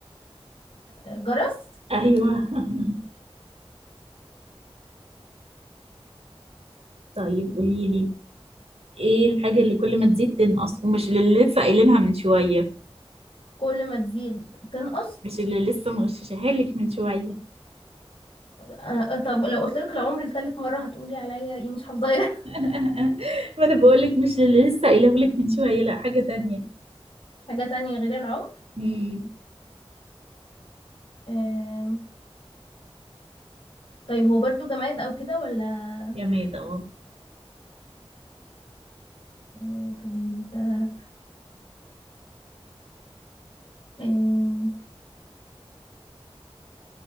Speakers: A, on the left (about 60°); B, on the right (about 75°).
A: آه، جرس
B: ايوه <laughs> طيب قولي لي ايه الحاجه اللي كل ما تزيد تنقص ومش اللي لسه قايلينها من شويه
A: كل ما تزيد تنقص
B: مش اللي لسه مغششها لك من شويه
A: آه، طب لو قلت لك العمر لتالت مرة هتقولي عليا ايه مش حافظة غيرها <laughs>
B: <laughs> ما انا بقول لك مش اللي لسه قايله لك من شويه لا حاجه تانية
A: حاجة تانية غير العمر
B: امم
A: آم، طيب هو برضو جماد او كده ولا
B: جماد اه
A: آه، طيب آه، آم،